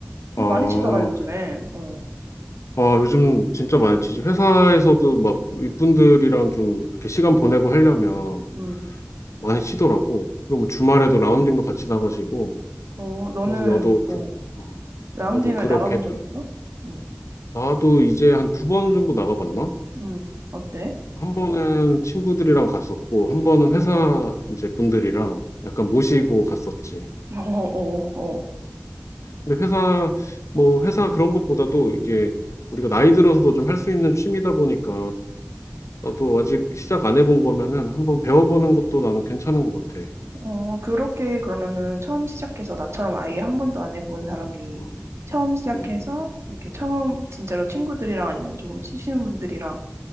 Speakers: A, on the left; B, on the right.
A: 아,
B: 많이 치더라, 요즘에. 어.
A: 아, 요즘 진짜 많이 치지. 회사에서도 막 윗분들이랑 좀 이렇게 시간 보내고 하려면
B: 음.
A: 많이 치더라고. 그리고 뭐 주말에도 라운딩도 같이 나가시고.
B: 어, 너는
A: 그래서 나도 그,
B: 어,
A: 어,
B: 라운딩을
A: 나도 그렇게
B: 나가본 적
A: 좀,
B: 있어? 응,
A: 나도 이제 한 두 번 정도 나가봤나?
B: 응, 어때?
A: 한 번은 친구들이랑 갔었고, 한 번은 회사 이제 분들이랑 약간 모시고 갔었지.
B: <laughs> 어, 어, 어.
A: 근데 회사, 뭐 회사 그런 것보다도 이게 우리가 나이 들어서도 좀 할 수 있는 취미다 보니까 나도 아직 시작 안 해본 거면은 한번 배워보는 것도 나는 괜찮은 것 같아.
B: 어, 그렇게 그러면은 처음 시작해서 나처럼 아예 한 번도 안 해본 사람이
A: 음,
B: 처음 시작해서
A: 음,
B: 이렇게 처음 진짜로 친구들이랑 아니면 조금 치시는 분들이랑